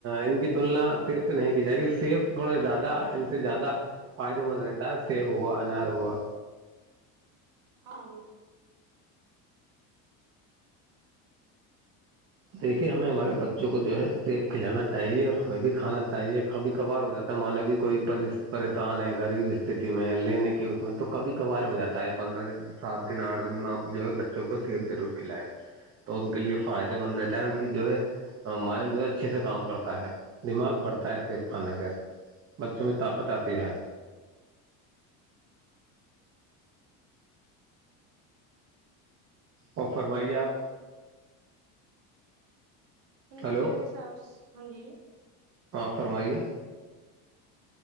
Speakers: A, on the right; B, on the right.
A: ان کی تلنا سیف سے نہیں کی جائے کی سیف تھوڑا زیادہ ان سے زیادہ فائدے مند رہتا ہے سیب ہوا انار ہوا
B: ہاں
A: دیکھیے ہمیں ہمارے بچوں کو جو ہے سیب کھلانا چاہیے اور ہمیں بھی کھانا چاہیے کبھی کبھار ہو جاتا ہے مان بھی کوئی پریشان ہے غریب استھتی میں ہے لینے کی اس میں تو کبھی کبھار ہو جاتا ہے پندرہ دن سات دن آٹھ دن میں اپ جو ہے بچوں کو سیب ضرور کھلائے تو ان کے لیے فائدہ مند رہتا ہے ان کی جو ہے مائنڈ جو ہے اچھے سے کام کرتا ہے دماغ بڑھتا ہے سیب کھانے سے بچوں میں طاقت آتی ہے اور فرمائیے آپ
B: ہاں
A: ہلو
B: جی میرے حاب ہاں جی <unintelligible>
A: ہاں فرمائیے